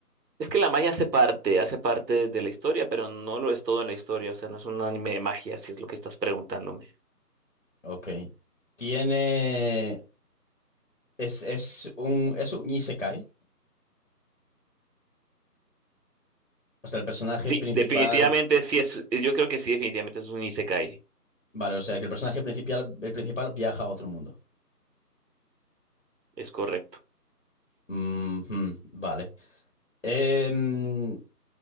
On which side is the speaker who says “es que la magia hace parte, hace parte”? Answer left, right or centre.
Right